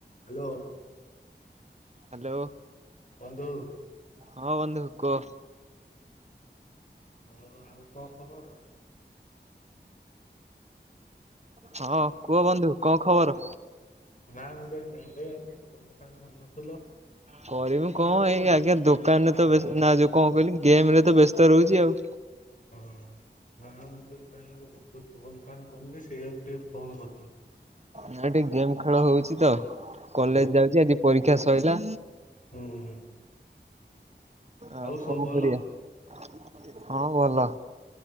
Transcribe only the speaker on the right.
ହାଲୋ।
ହଁ ବନ୍ଦୁ କୂଅ।
ହଁ କୁହ ବନ୍ଧୁ କଁ ଖବର?
କରିମୁ କଁ ଏଇ ଆଜ୍ଞା ଦୋକାନ୍ ରେ ତ ବେସ୍ତ ନା ଯୋଉ କଁ କଇଲି ଗେମ୍ ରେ ତ ବ୍ୟସ୍ତ ରହୁଛି ଆଉ।
ନା ଟିକେ ଗେମ୍ ଖେଳ ହଉଛି ତ। କଲେଜ୍
ଯାଉଛି ଆଜି ପରୀକ୍ଷା ସଇଲା।
ଆଉ
କଁ
କରିବା ହଁ ଭଲ।